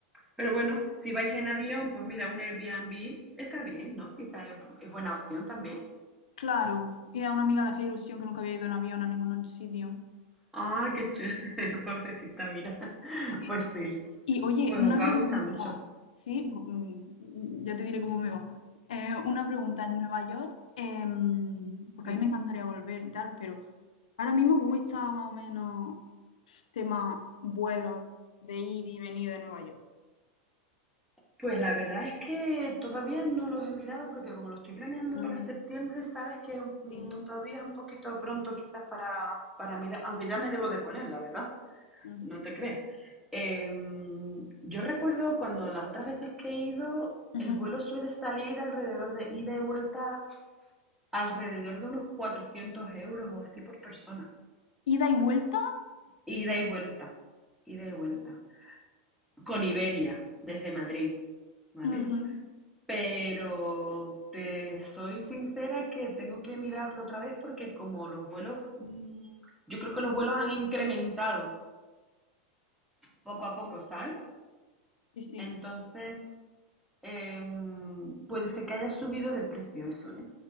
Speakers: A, in the centre; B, on the left (about 80°).
A: pero bueno, si vais en avión, pues mira, un Airbnb está bien, ¿no? Quizás es, es buena opción también.
B: claro. Y a una amiga le hacía ilusión que nunca había ido en avión a ningún sitio.
A: Ah, qué chévere, <laughs> pobrecita, mira.
B: Sí.
A: Pues sí,
B: Y oye,
A: pues
B: una
A: os va
B: pregunta,
A: a gustar mucho.
B: sí, Mm, mm, ya te diré cómo me va. Eh, una pregunta, en Nueva York, em, porque
A: Sí.
B: a mí me encantaría volver y tal, pero Ahora mismo, ¿cómo está más o menos tema vuelos de ir y venir de Nueva York?
A: Pues la verdad es que todavía no los he mirado porque como lo estoy planeando
B: Mm,
A: para septiembre, sabes que mm,
B: Sí.
A: todavía es un poquito pronto quizás para, para mirar, aunque ya me debo de poner, la verdad,
B: mm,
A: no te creas. Em, yo recuerdo cuando las otras veces que he ido,
B: Ujú.
A: el vuelo suele salir alrededor de ida y vuelta, alrededor de unos 400 euros o así por persona.
B: ¿Ida y vuelta?
A: Ida y vuelta, ida y vuelta. Con Iberia, desde Madrid, ¿vale?
B: ujú.
A: Pero te soy sincera que tengo que mirarlo otra vez porque como los vuelos, mm, yo creo que los vuelos han incrementado poco a poco,
B: Sí,
A: ¿sabes?
B: sí. sí.
A: Entonces, em, puede ser que haya subido de precio eso, ¿eh?